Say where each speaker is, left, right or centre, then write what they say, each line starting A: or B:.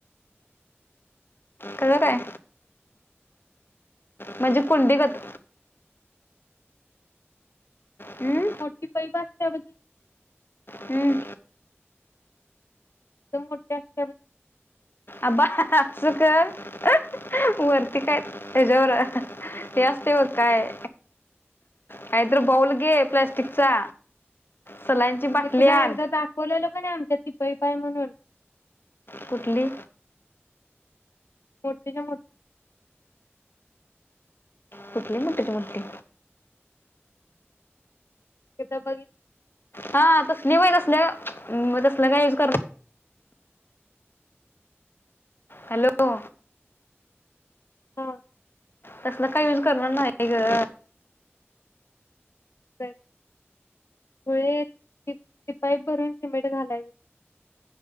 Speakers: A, on the left; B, on the left.
A: कळ काय? म्हणजे कुंडीगत. हम्म?
B: मोट पई असत्या बती
A: हम्म.
B: एकदम मोठी असत्या बती.
A: अबा अस कर वरती काय त्याच्यावर हे असतय बघ काय कायतर बाउल घे प्लास्टिकचा सलांची बाटली
B: ते तुला
A: आण.
B: एकदा दाखवलेलं आमच्या ती पईप हाय म्हणून.
A: कुठली?
B: मोठी च्या मोठी
A: कुठली मोठी च्या मोठी?
B: हित बाघित
A: हा तसली वय तसल्या तसलं काय यूज कर हॅलो
B: हा.
A: तसला काय युज करणार नाही ग.
B: <unintelligible> खुळी, ती पाईप भरून सिमेंट घालायच.